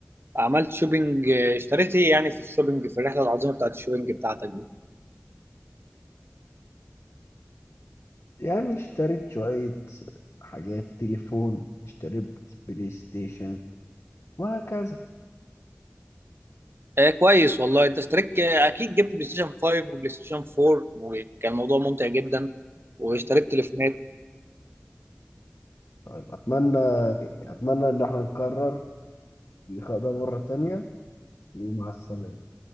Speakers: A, on the right; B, on the left.
A: عملت شوبينج آه، اشتريت ايه يعني في الشوبينج في الرحله العظيمه بتاعت الشوبينج بتاعتك دي
B: يعني اشتريت شوية حاجات تليفون اشتريت بلاي ستيشن وهكذا
A: آه كويس والله انت اشتريت آه، اكيد جبت بلاي ستيشن 5 وبلاي ستيشن 4 وكان الموضوع ممتع جدا واشتريت تليفونات
B: طيب اتمنى اتمنى ان احنا نكرر اللقاء ده مرة تانية ومع السلامة